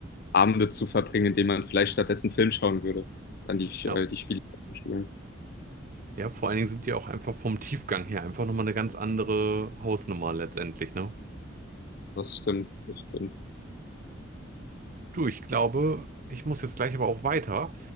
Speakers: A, on the left; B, on the right.
A: Abende zu verbringen, indem man vielleicht stattdessen einen Film schauen würde, dann die,
B: ja.
A: äh, die Spiele zu spielen.
B: Ja, vor allen Dingen sind die auch einfach vom Tiefgang her einfach nochmal eine ganz andere Hausnummer letztendlich, ne?
A: Das stimmt, das stimmt.
B: Du, ich glaube, ich muss jetzt gleich aber auch weiter.